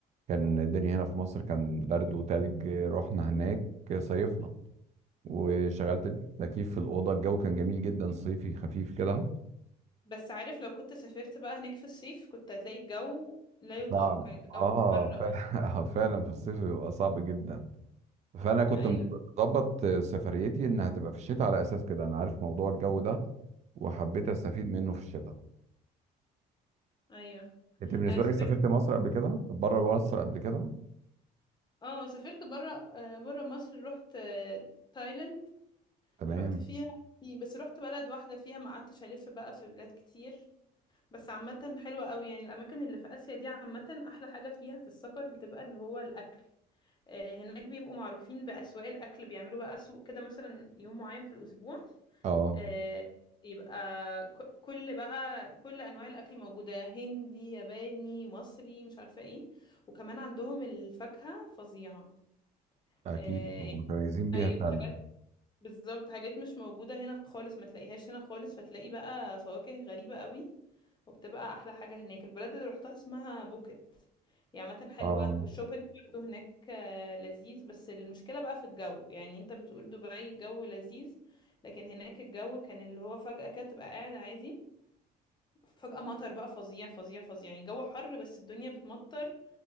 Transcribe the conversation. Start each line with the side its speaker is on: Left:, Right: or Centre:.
Right: كان الدنيا هنا في مصر كان برد وتلج آه، رحنا هناك صيفنا وشغلت التكييف في الأوضة الجو كان جميل جدا صيفي خفيف كده
Left: بس عارف لو كنت سافرت بقى هناك في الصيف كنت هتلاقي الجو لا يطاق
Right: صعب
Left: كان الجو
Right: اه
Left: حر
Right: فع- <laughs> آه، فعلا في الصيف بيبقى صعب جدا فأنا كنت
Left: ايوه
Right: مظبط سفريتي إنها هتبقى في الشتاء على أساس كده أنا عارف موضوع الجو ده وحبيت أستفيد منه في الشتاء
Left: ايوه
Right: أنت بالنسبة
Left: انا سافرت
Right: لك سافرت مصر قبل كده؟ بره مصر قبل كده؟
Left: اه سافرت بره آه، بره مصر رحت آه، تايلاند
Right: تمام
Left: رحت فيها يعني، بس رحت بلد واحدة فيها ما قعدتش ألف بقى في بلاد كتير بس عامة حلوة قوي يعني الأماكن اللي في آسيا دي عامة أحلى حاجة فيها في السفر بتبقى اللي هو الأكل آه، هناك بيبقوا معروفين بأسواق الأكل بيعملوا بقى سوق كده مثلا يوم معين في الأسبوع
Right: اه
Left: آه، يبقى ك- كل بقى كل أنواع الأكل موجودة هندي ياباني مصري مش عارفة ايه وكمان عندهم الفاكهة فظيعة
Right: أكيد
Left: آه،
Right: متميزين بيها
Left: أيوة
Right: فعلا
Left: بالظبط حاجات مش موجودة هنا خالص ما تلاقيهاش هنا خالص فتلاقي بقى فواكه غريبة قوي وبتبقى أحلى حاجة هناك البلد اللي روحتها اسمها بوكيت هي عامة حلوة
Right: اه
Left: والشوبينج برضه هناك آه، لذيذ بس المشكلة بقى في الجو يعني انت بتقول دبي الجو لذيذ لكن هناك الجو كان اللي هو فجأة كده تبقى قاعد عادي فجأة مطر بقى فظيع فظيع فظيع يعني الجو حر بس الدنيا بتمطر